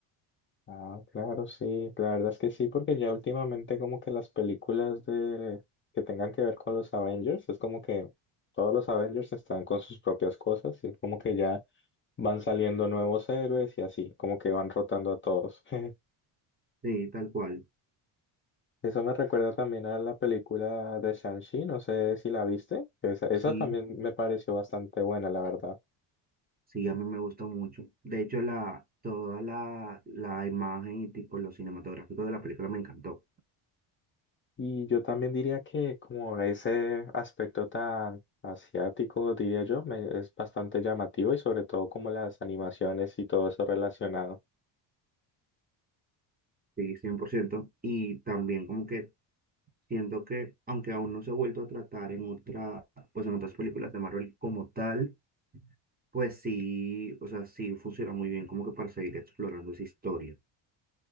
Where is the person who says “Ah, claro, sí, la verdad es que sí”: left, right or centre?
Left